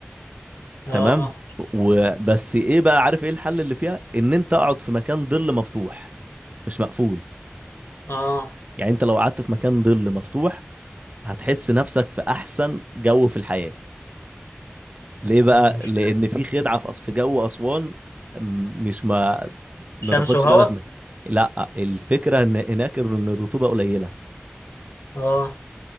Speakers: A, on the left (about 75°); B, on the right (about 35°).
A: أه
B: تمام وبس ايه بقى عارف ايه الحل اللي فيها ان انت اقعد في مكان ظل مفتوح مش مقفول
A: أه
B: يعني انت لو قعدت في مكان ظل مفتوح هتحس نفسك في احسن جو في الحياه ليه بقى
A: مش
B: لان في خدعه في أس- في جو اسوان م- مش ما ما
A: شمس
B: تاخدش
A: وهوا
B: بالك منها لا الفكره ان هناك ان الرطوبه قليله
A: اه